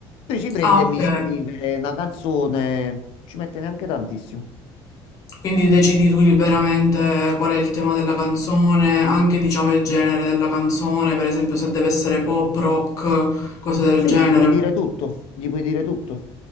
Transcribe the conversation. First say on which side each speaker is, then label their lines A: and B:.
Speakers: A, on the left; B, on the left.
A: Lui ci prende
B: Ah, ok,
A: e mi scrive una canzone, ci mette neanche tantissimo.
B: Quindi decidi tu liberamente qual è il tema della canzone, anche diciamo il genere della canzone, per esempio se deve essere pop, rock, cose del
A: Sì,
B: genere.
A: gli puoi dire tutto, gli puoi dire tutto.